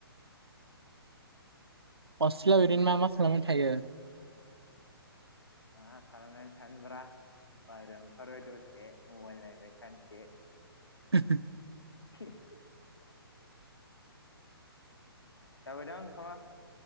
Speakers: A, on the right; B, on the left.
A: हस्टेलाव ओरैनो मा मा खालामनानै थायो?
B: मा खालामनानै थानोब्रा बाहेरायाव ओंखारबाय दसे, मबाइल नायबाय सानसे
A: <unintelligible>
B: <unintelligible> जाबायदां ओंखामा?